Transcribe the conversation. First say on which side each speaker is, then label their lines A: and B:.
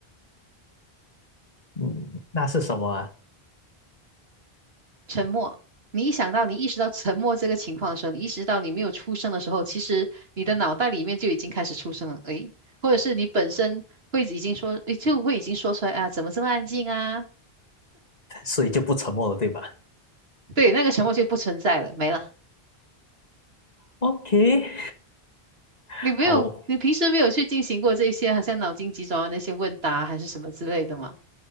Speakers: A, on the left; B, on the right.
A: 嗯，那是什么啊？
B: 沉默。你一想到你意识到沉默这个情况的时候，你意识到你没有出声的时候，其实你的脑袋里面就已经开始出声了，诶，或者是你本身会已经说，诶就会已经说出来啊，怎么这么安静啊？
A: <laughs> 所以就不沉默了，对吧
B: 对，那个沉默就不存在了，没了。
A: ？OK，<laughs>
B: 你没有，
A: 好，
B: 你平时没有去进行过这些，好像脑筋急转弯那些问答还是什么之类的吗？